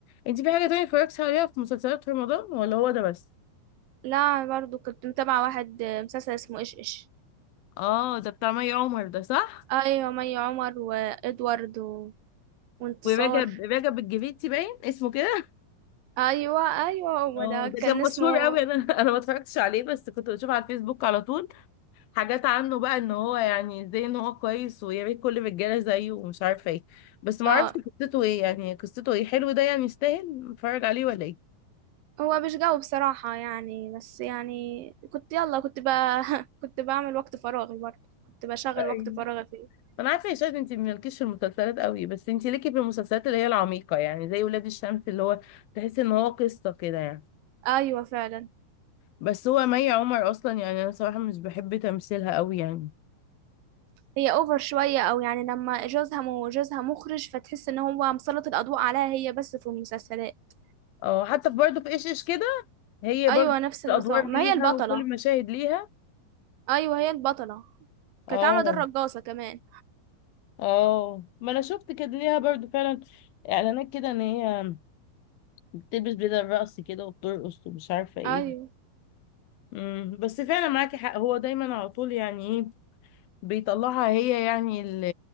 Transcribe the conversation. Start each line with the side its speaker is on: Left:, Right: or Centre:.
Left: انت في حاجة تانية اتفرجتي عليها في مسلسلات رمضان ولا هو ده بس
Right: لا أنا برضو كنت متابعة واحد آه، مسلسل اسمه ايش ايش
Left: اه ده بتاع مي عمر ده صح
Right: ايوه مي عمر وادوارد و... وانتصار
Left: ورجب رجب الجريتي باين اسمه كده
Right: ايوه ايوه هو
Left: اه
Right: ده
Left: ده
Right: كان
Left: كان مشهور
Right: اسمه
Left: قوي انا <laughs> انا ما اتفرجتش عليه بس كنت بشوف على الفيسبوك على طول حاجات عنه بقى ان هو يعني زي ان هو كويس ويا ريت كل الرجاله زيه ومش عارفه ايه بس ما
Right: اه
Left: اعرفش قصته ايه يعني قصته ايه حلو ده يعني يستاهل نتفرج عليه ولا ايه
Right: هو مش جاوب بصراحة يعني بس يعني كنت يلا كنت ب... <laughs> كنت بعمل وقت فراغي برضه كنت بشغل
Left: أيوة.
Right: وقت فراغي فيه
Left: انا عارفه يا شاهد انت مالكيش في المسلسلات قوي بس انت ليكي في المسلسلات اللي هي العميقه يعني زي ولاد الشمس اللي هو تحس ان هو قصه كده يعني
Right: ايوه فعلا
Left: بس هو مي عمر اصلا يعني انا صراحه مش بحب تمثيلها قوي يعني
Right: هي اوفر شوية او يعني لما جوزها مو جوزها مخرج فتحس ان هو مسلط الاضواء عليها هي بس في المسلسلات
Left: اه حتى في برضه في ايش ايش كده هي
Right: ايوه
Left: برضه
Right: نفس النظام
Left: الادوار
Right: ما
Left: ليها
Right: هي البطلة
Left: وكل المشاهد ليها
Right: ايوه هي البطله
Left: اه
Right: كانت عامله دور رقاصه كمان
Left: اه ما انا شفت كان ليها برضو فعلا اعلانات كده ان هي بتلبس بدل الرقص كده وبترقص ومش عارفه ايه
Right: ايوه
Left: امم بس فعلا معاكي حق هو دايما على طول يعني ايه بيطلعها هي يعني اللي